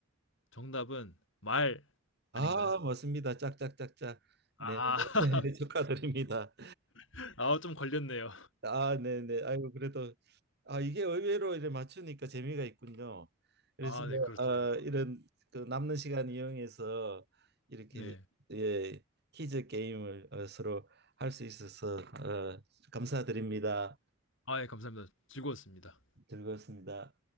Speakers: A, on the left (about 60°); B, on the right (about 50°).
A: 정답은 말
B: 아,
A: 아닌가요?
B: 맞습니다. 짝짝짝짝. 네.
A: 아.
B: <laughs> 축하드립니다.
A: <laughs> 아 좀 걸렸네요.
B: 아, 네네. 아이고, 그래도, 아, 이게 의외로 이제 맞추니까 재미가 있군요. 그래서,
A: 아 네 그렇죠.
B: 아, 이런, 그 남는 시간 이용해서 이렇게,
A: 네.
B: 예, 퀴즈 게임을 어, 서로 할 수 있어서, 어, 감사드립니다.
A: 아 예 감사합니다. 즐거웠습니다.
B: 즐거웠습니다.